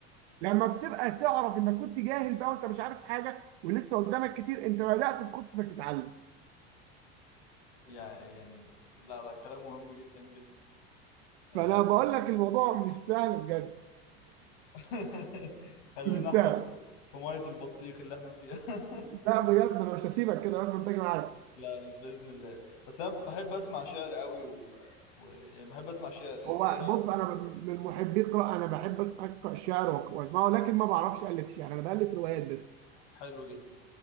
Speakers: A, on the right; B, on the left.
A: لما بتبقى تعرف انك كنت جاهل بقى وانت مش عارف حاجه ولسه قدامك كتير انت بدات في خطوه انك تتعلم
B: يعني يعني لا لا كلام مهم جدا جدا
A: فانا
B: آه،
A: بقول لك الموضوع مش سهل بجد
B: <laughs> خلينا
A: مش سهل
B: احنا في في مية البطيخ اللي احنا فيها <laughs>
A: لا بجد انا مش هسيبك كده لازم تيجي معايا
B: لا بإذن الله بس انا بحب اسمع شعر قوي و... و... يعني بحب اسمع شعر
A: هو
B: انت ايه رأيك
A: بص انا من من محبي القراءه انا بحب أس- اقرا الشعر وأك- واسمعه لكن ما بعرفش الف شعر انا بالف روايات بس
B: حلو جدا